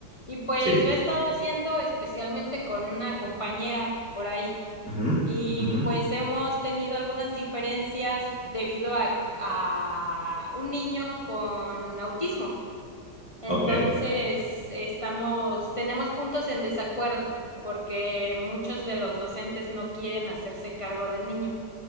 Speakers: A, on the left; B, in the centre.
A: Y pues
B: sí,
A: lo he estado haciendo especialmente con una compañera por ahí.
B: ujú,
A: Y
B: ujú,
A: pues hemos tenido algunas diferencias debido a, a un niño con autismo. Entonces,
B: ok,
A: estamos, tenemos puntos en desacuerdo porque muchos de los docentes no quieren hacerse cargo del niño